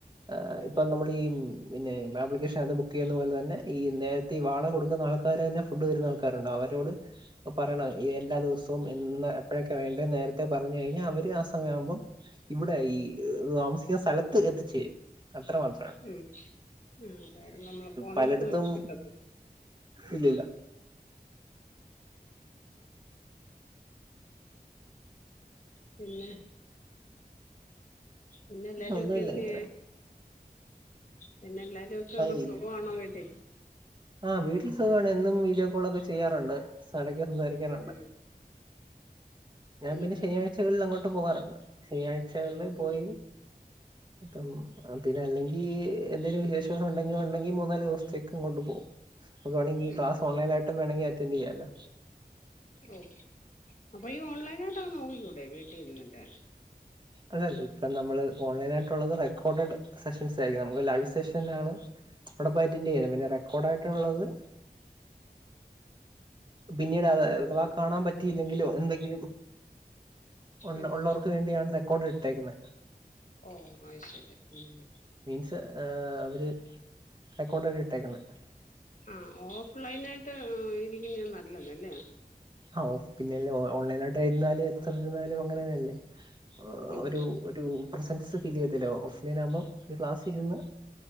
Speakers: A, on the right; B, on the left.
A: ആഹ് ഇപ്പം നമ്മളീ ഉം പിന്നെ ആപ്ലിക്കേഷൻ അത് ബുക്ക് ചെയ്യുന്ന പോലെ തന്നെ ഈ നേരത്തെ വാടക കൊടുക്കുന്ന ആൾക്കാരെന്നെ ഫുഡ് തരുന്ന ആൾക്കാരുണ്ട് അവരോട് പറയണം എല്ലാ ദിവസവും എന്ന് എപ്പോഴൊക്കെ വേണ്ട എന്ന് നേരത്തെ പറഞ്ഞു കഴിഞ്ഞാ അവര് ആ സമയം ആവുമ്പം ഇവിടെ ഈ താമസിക്കുന്ന സ്ഥലത്ത് എത്തിച്ച് തരും അത്ര മാത്രൊള്ളു
B: ഉം ഉം അതെ നമ്മള് ഇപ്പോ പോന്നിടത്ത്
A: പലയിടത്തും
B: കിട്ടത്തില്ല
A: ഇല്ലില്ല
B: പിന്നെ പിന്നെ എല്ലാരുവൊക്കെ
A: ഒന്നുമില്ല
B: എന്തിയേ
A: ഇങ്ങനെ
B: പിന്നെ എല്ലാരും ഒക്കെ
A: ഈ
B: സുഖവാണോ വീട്ടി
A: ആഹ് വീട്ടിൽ സുഖവാണ് എന്നും വീഡിയോ കോളൊക്കെ ചെയ്യാറൊണ്ട് <unintelligible> സംസാരിക്കാറുണ്ട്
B: ഉം
A: ഞാൻ
B: ഇനിയിപ്പോ
A: പിന്നെ ശനിയാഴ്ചകളിൽ അങ്ങോട്ട് പോകാറുണ്ട് ശനിയാഴ്ചകളില് പോയി
B: ഉം
A: മൊത്തം ആഹ് പിന്നല്ലങ്കി എന്തേലും വിശേഷ ദിവസം ഒണ്ടെങ്കി ഒണ്ടെങ്കി മൂന്നാല് ദിവസത്തേക്ക് അങ്ങോട്ട് പോകും നമുക്ക് വേണങ്കി
B: ഉം
A: ക്ലാസ് ഓൺലൈനായിട്ടു വേണോങ്കി അറ്റൻ്റ് ചെയ്യാലോ
B: ഓഹ് അപ്പൊ ഈ ഓൺലൈനായിട്ടങ്ങ് നോക്കിക്കൂടെ വീട്ടിഇരുന്നിട്ട്
A: അല്ലല്ല ഇപ്പം നമ്മള് ഓൺലൈനായിട്ടൊള്ളത് റെക്കോർഡഡ് സെഷൻസ് ആയിരിക്കും നമുക്ക് ലൈവ് സെഷനിലാണ് അവടെ പോയി അറ്റൻ്റ് ചെയ്യാലോ പിന്നെ റെക്കോർഡ് ആയിട്ടൊള്ളത് പിന്നീട് അത അഥവാ കാണാൻ പറ്റിയില്ലെങ്കിലോ എന്തെങ്കിലും ഒണ്ട്
B: ഉം
A: ഒള്ളോർക്കു വേണ്ടിയാണ് റെക്കോർഡ് എടുത്തേക്കുന്നെ
B: ഓഹ് അത് ശരി ഉം
A: മീൻസ് ഏഹ് അവര് റെക്കോഡായിട്ടിട്ടേക്കുന്നെ
B: ആഹ് ഓഫ് ലൈനായിട്ട് ഉം ഇരിക്കുന്നയാ നല്ലത് ഇല്ലേ
A: ആഹ് ഓഫ് പിന്ന അല്ലേ ഓൺലൈനായിട്ടേ ഇരുന്നാല് എത്രരൂപയാലും അങ്ങനെ തന്നല്ലേ ആഹ്
B: ഉം
A: ഒരു ഒരു പ്രസൻസ് ഫീൽ ചെയ്യത്തില്ല ഓഫ് ലൈൻ ആകുമ്പം ഒരു ക്ലാസ്സി ഇരുന്ന്